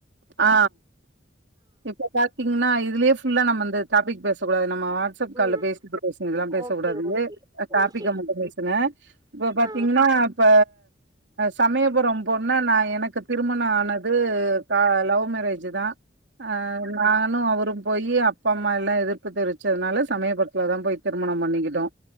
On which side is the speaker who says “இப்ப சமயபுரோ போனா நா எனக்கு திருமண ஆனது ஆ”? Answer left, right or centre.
Right